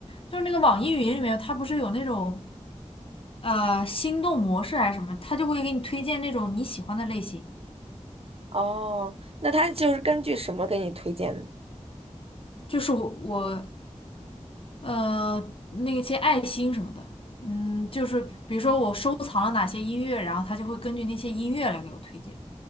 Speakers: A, on the left; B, on the right.
A: 就是那个网易云里面，它不是有那种呃心动模式还是什么，它就会给你推荐那种你喜欢的类型。
B: 哦？那他就是根据什么给你推荐的？
A: 就是我我呃那些爱心什么的，嗯，就是比如说我收藏了哪些音乐，然后它就会根据那些音乐来给我推荐。